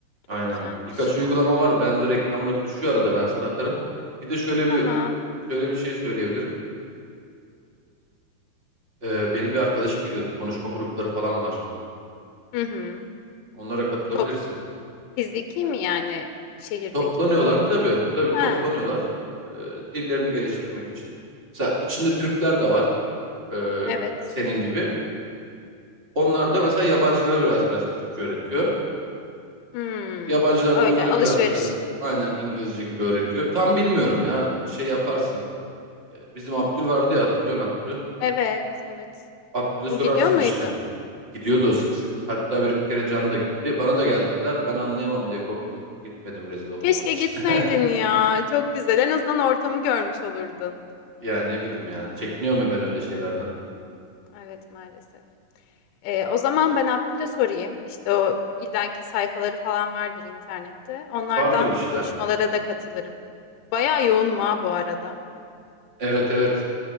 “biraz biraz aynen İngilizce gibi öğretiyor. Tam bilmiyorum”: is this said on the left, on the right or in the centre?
Right